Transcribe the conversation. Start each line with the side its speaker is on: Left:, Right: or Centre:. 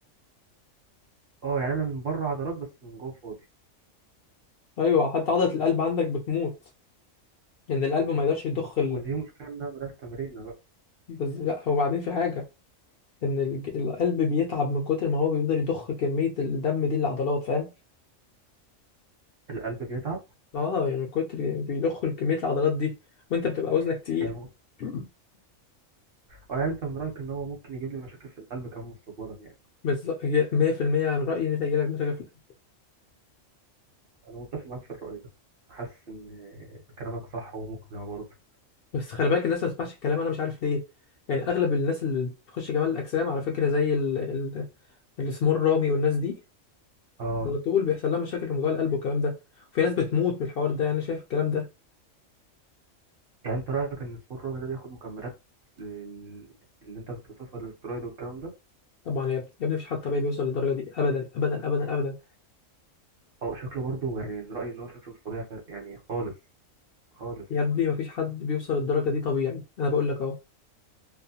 Right: أه يعني أنا من بره عضلات بس من جوه فاضي
Left: ايوه حتى عضله القلب عندك بتموت لان القلب ما يقدرش يضخ ال...
Right: ودي مشكلة إنها ملهاش تمرين بقى
Left: بس لا وبعدين في حاجه ان الج- القلب بيتعب من كتر ما هو بيقدر يضخ كميه الدم دي للعضلات فاهم
Right: القلب بيتعب
Left: اه يعني من كتر بيضخوا كمية العضلات دي وانت بتبقى وزنك تقيل
Right: يعني مو...
Left: <clears throat>
Right: أه يعني أنت من رأيك إن هو ممكن يجيب لي مشاكل في القلب كمان مستقبلا يعني
Left: بالظبط هي 100% من رأيي ان انت هيجيلك مشاكل في القلب
Right: أنا متفق معاك في الرأي ده حاسس إن كلامك صح ومقنع برضه
Left: بس خلي بالك الناس ما تسمعش الكلام انا مش عارف ليه يعني اغلب الناس اللي بتخش جمال الاجسام على فكرة زي ال... ال... السمور رامي والناس دي
Right: أه
Left: على طول بيحصل لها مشاكل في موضوع القلب والكلام ده وفي ناس بتموت من الحوار ده يعني شايف الكلام ده
Right: يعني أنت رأيك إن سبور الرمي ده بياخد مكملات لل- اللي أنت بتوصفها الاسترويد والكلام ده؟
Left: طبعا يا ابني يا ابني مفيش حد طبيعي بيوصل للدرجة دي ابدا ابدا ابدا ابدا
Right: أه شكله برضه يعني من رأيي إن هو شكله مش طبيعي ف- يعني خالص خالص
Left: يا ابني مفيش حد بيوصل للدرجة دي طبيعي انا بقول لك اهو